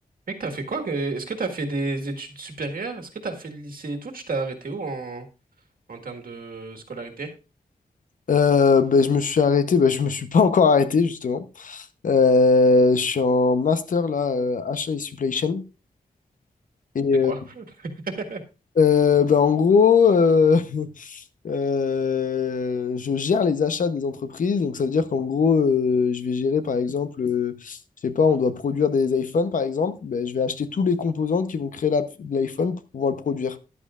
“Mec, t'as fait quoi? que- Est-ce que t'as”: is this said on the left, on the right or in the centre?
Right